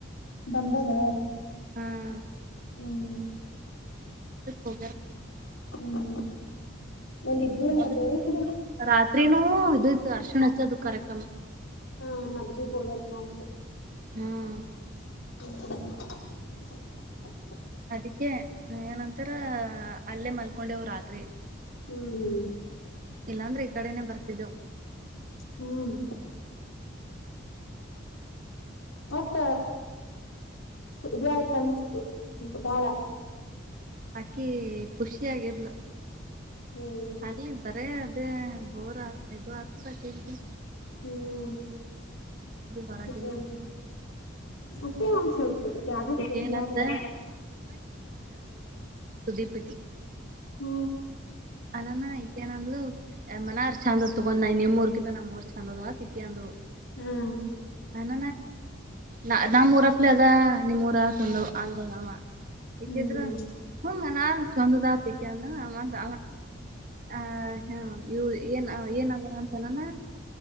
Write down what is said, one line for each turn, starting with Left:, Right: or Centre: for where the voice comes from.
Left: ಬಂದದ
Right: ಹ್ಮ್
Left: ಹ್ಮ್
Right: ಹೋಗ್ಯಾರ
Left: ಹ್ಮ್ ಎಲ್ಲಿ ಇದ್ದೂರಾಗ
Right: ಅದ
Left: ಬೇರೆ ಕಡೆ
Right: ರಾತ್ರಿನೂ ಇ ಇತ್ತು ಅರ್ಶಿಣ ಹಚ್ಚೋದು ಕರಕಂ
Left: ಹಾ ಮದ್ಲಿಿಗೆ ಹೋಗ್ಯರ್ತಂತ
Right: ಹ್ಮ್
Left: ಹ್ಮ
Right: ಅದಕ್ಕೆ ಏನಂತರ ಅಲ್ಲೇ ಮಲ್ಕೊಂಡೆವು್ ರಾತ್ರಿ
Left: ಹ್ಮ್ ಹ್ಮ್
Right: ಇಲ್ಲಾಂದ್ರೆ ಈ ಕಡೆನೆ ಬರ್ತಿದ್ದೆ
Left: ಹ್ಮ್ ಕೊಟ್ಟ ಇ ಆಯ್ತಾನಿಸತು ಬಾಳ
Right: ಆಕಿ ಖುಷಿ ಆಗಿದ್ಲು
Left: ಹ್ಮ್
Right: ಅಲ್ಲಿ ಬರ ಬೋರ್ ದು ಆರ್ತ ತಟ್ಟಿ
Left: ಹ್ಮ್
Right: ಹೊರಗಿಂದು
Left: ಹ್ಮ್ ಮತ್ತೆ ಒಂದ್ ಸ್ವಲ್ಪ ಜಾಗ ಚೇಂಜ್
Right: ಏನಂತ
Left: ಆದ್ರೆ
Right: ಸುದೀಪ
Left: ಹ್ಮ
Right: ಅನಾನ ಐತೇನಂದ್ಲು ಎ ಮನಾರ್ ಚಂದದ ತಗೊಂಡ್ ನ ನಿಮ್ೂರ್ ಕಿ ನಮ್ಮ್ಊರ್ ಚಂದದ ತಿಿ ಅಂದ್
Left: ಹ್ಮ
Right: ನಾನ ನ ನಮ್ಮ ಊರಪ್ಲೆ ಅದ ನಿ ಮೂೂರ ತಂದ ಅಂದಮ್ಮ ಇಕಿದ್ರ
Left: ಹ್ಮ್
Right: ಹ ನ ಚಂದದ ಆತ ಅಂದ ಅಮ್ಮ ಹ ಹ್ಮ ಇವು ಏನ್ ಏನಗ ಅಂತನಾನ